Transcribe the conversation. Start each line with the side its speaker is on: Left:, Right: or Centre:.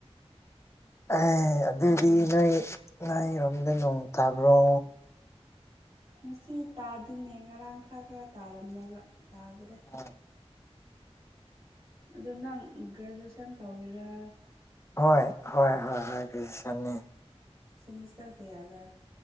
Left: ꯑꯦ ꯑꯗꯨꯗꯤ
Right: ꯎꯝ
Left: ꯅꯣꯏ ꯅꯥꯏ ꯔꯝꯗꯅ ꯎ ꯇꯥꯕ꯭ꯔꯣ
Right: ꯉꯁꯤ ꯇꯥꯗꯤꯅꯦ ꯉꯔꯥꯡ ꯈꯔ ꯈꯔ ꯇꯥꯔꯝꯂꯒ ꯇꯥꯗ꯭ꯔꯦ
Left: ꯑꯥ
Right: ꯑꯗꯨ ꯅꯪ ꯒ꯭ꯔꯦꯖꯨꯑꯦꯁꯟ ꯇꯧꯋꯔꯥ
Left: ꯍꯣꯏ ꯍꯣꯏ ꯍꯣꯏ ꯍꯣꯏ ꯐꯖꯤ ꯆꯅꯤ
Right: ꯁꯤꯃꯤꯁꯇꯔ ꯀꯌꯥꯕ